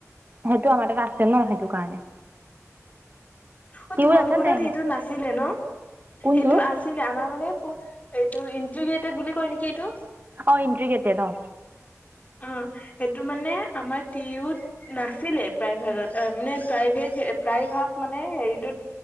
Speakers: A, on the right (about 35°); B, on the left (about 30°).
A: সেইটো আমাৰ তাত আছে ন সেইটো কাৰণে
B: অ
A: টিউৰ
B: তোমালোকৰ
A: আছে নাই
B: তাত সেইটো নাছিলে ন
A: কোনটো
B: সেইটো আছিলে আমাৰ মানে এইটো ইণ্টিগ্ৰেটেড বুলি কয় নেকি এইটো
A: অ ইণ্টিগ্ৰেটেড অ
B: অ', সেইটো মানে আমাৰ টি ইউত নাছিলে প্ৰাইভেটত অ মানে প্ৰাইভে প্ৰায়ভাগ মানে হেৰিটোত